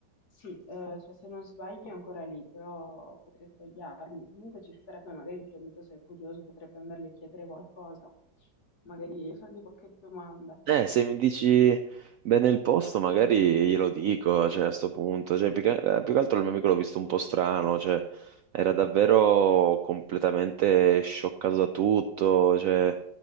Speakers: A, on the left (about 60°); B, on the right (about 75°).
A: Eh, cioè, se non sbaglio è ancora lì, però potrei sbagliarmi. Comunque ci sarebbe magari il tuo amico, se è curioso, potrebbe andargli a chiedere qualcosa, magari fargli qualche domanda.
B: Eh, se mi dici bene il posto, magari glielo dico, cioè, a sto punto. Cioè, più che, eh, più che altro il mio amico l'ho visto un po' strano, cioè, era davvero completamente scioccato da tutto, cioè,